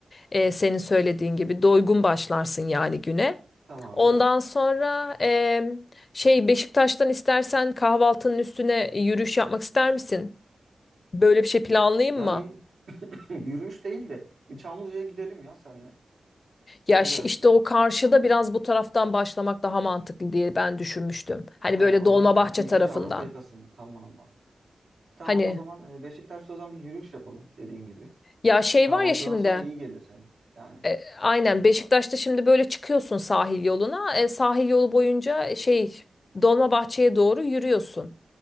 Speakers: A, on the left (about 40°); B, on the right (about 80°).
A: E, senin söylediğin gibi doygun başlarsın yani güne.
B: Tamamdır.
A: Ondan sonra em, şey Beşiktaş'tan istersen kahvaltının üstüne yürüyüş yapmak ister misin? Böyle bir şey planlayayım
B: Yani
A: mı?
B: <laughs> yürüyüş değil de bir Çamlıca'ya gidelim ya senle.
A: Ya
B: Ne
A: şi-
B: dersin?
A: işte o karşıda biraz bu taraftan başlamak daha mantıklı diye ben düşünmüştüm. Hani
B: He,
A: böyle
B: o
A: Dolmabahçe
B: zaman ha, ilk
A: tarafından.
B: önce Avrupa yakasını tamam. Tamam
A: Hani
B: o zaman e, Beşiktaş'ta o zaman bir yürüyüş yapalım dediğin gibi.
A: ya şey
B: Kahvaltıdan
A: var ya şimdi
B: sonra iyi gelir hem yani.
A: e, aynen Beşiktaş'ta şimdi böyle çıkıyorsun sahil yoluna. E, sahil yolu boyunca e, şey Dolmabahçe'ye doğru yürüyorsun.